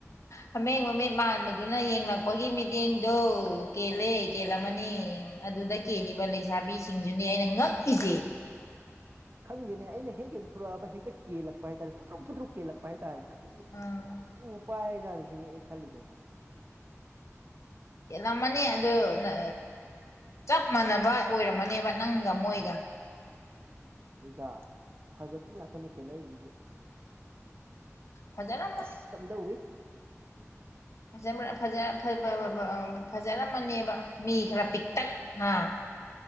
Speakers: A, on the left (about 65°); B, on the right (about 45°).
A: ꯍ ꯍꯥꯃꯦꯡ ꯃꯃꯤꯠ ꯃꯥꯟꯕꯗꯨꯅ ꯌꯦꯡꯂꯛꯄꯒꯤ ꯃꯤꯠꯌꯦꯡꯗꯣ ꯀꯦꯜꯂꯦ ꯀꯦꯜꯂꯝꯃꯅꯤ ꯑꯗꯨꯗ ꯀꯦꯜꯂꯤꯕ ꯂꯩꯁꯥꯕꯤꯁꯤꯡꯁꯤꯅꯦ ꯑꯩꯅ ꯉꯛꯏꯁꯦ
B: ꯈꯪꯗꯦꯅꯦ ꯑꯩꯅ ꯍꯦꯛ ꯌꯦꯡꯊꯣꯔꯛꯑꯕ ꯍꯦꯛꯇ ꯀꯦꯜꯂꯛꯄ ꯍꯥꯏꯇꯥꯔꯦ ꯐꯨꯗ꯭ꯔꯨꯛ ꯐꯗ꯭ꯔꯨꯛ ꯀꯦꯜꯂꯛꯄ ꯍꯥꯏꯇꯥꯔꯦ
A: ꯑꯥ
B: ꯀꯔꯤ ꯏꯕꯨ ꯄꯥꯏꯔꯖꯥꯠꯔꯨꯁꯤꯅꯦ ꯑꯩ ꯈꯜꯂꯤꯁꯦ
A: ꯀꯦꯂꯝ ꯃꯅꯤ ꯑꯗꯣ ꯅ ꯆꯞ ꯃꯥꯟꯅꯕ ꯑꯣꯏꯔꯝꯃꯅꯦꯕ ꯅꯪꯒ ꯃꯣꯏꯒ
B: ꯍꯣꯏꯗ ꯐꯖꯕꯤ ꯉꯥꯛꯇꯅꯦ ꯀꯦꯜꯂꯛꯏꯁꯤꯁꯨ
A: ꯐꯖꯔꯝ
B: ꯇꯁ ꯀꯝꯗꯧꯏ
A: ꯐꯖꯕ꯭ꯔꯥ ꯐꯖ <unintelligible> ꯐꯖꯔꯝꯃꯅꯦꯕ ꯃꯤ ꯈꯔ ꯄꯤꯛꯇꯛ ꯍꯥꯥ